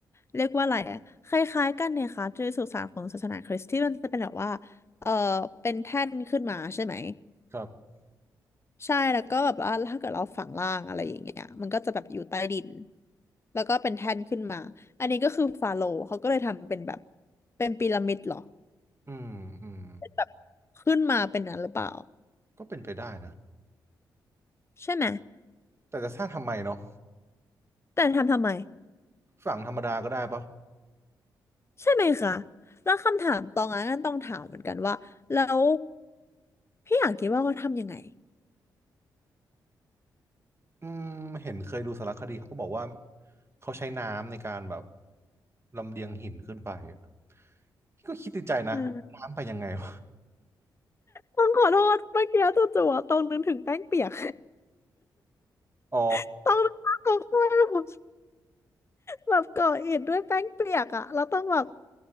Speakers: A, on the left (about 30°); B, on the right (about 30°).
A: เรียกว่าอะไรอะคล้ายๆกันเนี่ยค่ะจะสุสานของศาสนาคริสต์ที่มันจะเป็นแบบว่าเออเป็นแท่นขึ้นมาใช่ไหม
B: ครับ
A: ใช่แล้วก็แบบว่าถ้าเกิดเราฝังล่างอะไรอย่างเงี้ยมันก็จะแบบอยู่ใต้ดินแล้วก็เป็นแท่นขึ้นมาอันนี้ก็คือฟาโรห์เขาก็เลยทำเป็นแบบเป็นพีระมิดเหรอ
B: อืมอืม
A: แบบขึ้นมาเป็นนั้นหรือเปล่า
B: ก็เป็นไปได้นะ
A: ใช่ไหม
B: แต่จะสร้างทำไมเนาะ
A: แต่ทำทำไม
B: ฝังธรรมดาก็ได้ปะ
A: ใช่ไหมคะแล้วคำถามตองนั้นต้องถามเหมือนกันว่าแล้วพี่อยากคิดว่าเขาทำยังไง
B: อืมเห็นเคยดูสารคดีเขาก็บอกว่าเขาใช้น้ำในการแบบลำเลียงหินขึ้นไปอะก็คิดในใจนะน้ำไปยังไงวะ
A: นะ
B: <laughs>
A: ต้องขอโทษเมื่อกี้จู่ๆอะตองนึกถึงแป้งเปียก
B: อ๋อ
A: <laughs> ต้องนึกภาพตองข้าม แบบก่ออิฐด้วยแป้งเปียกอ่ะเราต้องแบบ